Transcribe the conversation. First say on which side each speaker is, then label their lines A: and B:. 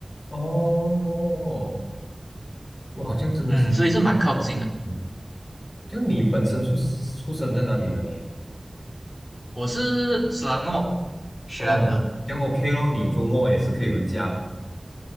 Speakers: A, on the left (about 50°); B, on the left (about 25°).
A: 哦，哇，这样真的是，
B: 嗯，所以是蛮靠近的。
A: 嗯这样你本身出世出生在哪里的你？
B: 我是斯兰哦，雪兰莪。
A: 哦，这样 OK 咯，你周末也是可以回家，